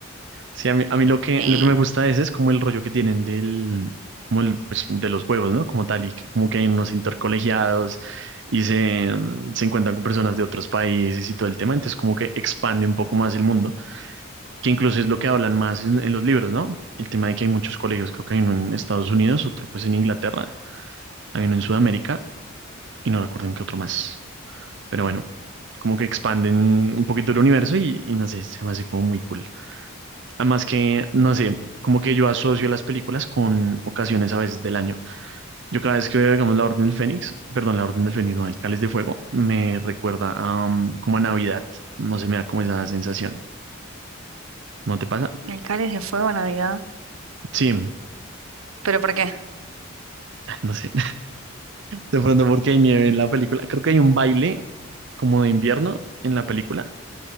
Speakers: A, on the right (about 60°); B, on the right (about 85°).
A: Sí, a mí, a mí lo que,
B: Sí,
A: lo que me gusta de ese es como el rollo que tienen del, como el, pues, de los juegos, ¿no? Como tal, y que- como que hay unos intercolegiados y se, mm, se encuentran con personas de otros países y todo el tema, entonces como que expande un poco más el mundo que incluso es lo que hablan más en, en los libros, ¿no? El tema de que hay muchos colegios, creo que hay uno en Estados Unidos, otro pues en Inglaterra, hay uno en Sudamérica y no recuerdo en qué otro más. Pero bueno, como que expanden un poquito el universo y, y no sé, se me hace como muy cool. Además que, no sé, como que yo asocio las películas con ocasiones a veces del año. Yo cada vez que veo, digamos, La Orden del Fénix, perdón, La Orden del Fénix, no, El Cáliz de Fuego, me recuerda a, um, como a Navidad. No sé, me da como esa sensación. ¿No te pasa?
B: el cáliz de fuego, Navidad.
A: Sí, <laughs>
B: ¿Pero por qué?
A: no sé. De pronto porque hay nieve en la película. Creo que hay un baile como de invierno en la película,